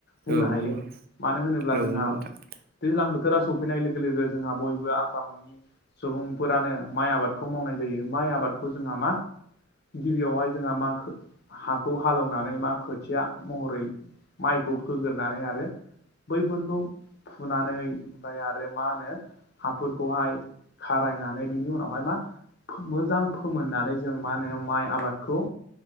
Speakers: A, on the left; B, on the right.
A: बुंनो
B: औ
A: हायो
B: नंगौ
A: मानो होनोब्ला
B: औ
A: जोंहा
B: नंगौ नोंथां
A: दैज्लां बो- -थोरा सफैनाय लोगो लोगो जोंहा बयबो आसामनि सुबुंफोरानो माइ आबादखौ मावनाय जायो माइ आबादखौ जोंहा मा गिबियावहाय जोंहा मा हाखौ हालौवनानै मा खोथिया महरै माइखौ फोगोरनानै आरो बैफोरखौ फुनानै ओमफ्राय आरो मा होनो हाफोरखौहाय खारायनानै बिनि उनावहाय मा मोजां फोमोननानै जों मा होनो माइ आबादखौ